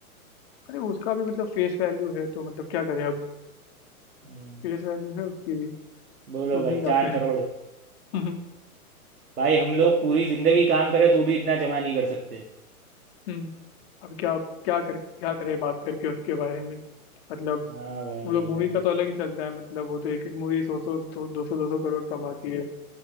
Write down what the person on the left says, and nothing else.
अरे उसका भी मतलब फेस वैल्यू है तो मतलब क्या करें अब
फेस वैल्यू है उसकी भी
तो
मिल जाते
हैं <laughs>
हम्म अब क्या क्या कर क्या करे बात करके उसके बारे में मतलब
वो लोग मूवी
का तो अलग ही चलता है मतलब वो तो एक एक मूवी सौ सौ दो दो सौ दो सौ करोड़ कमाती है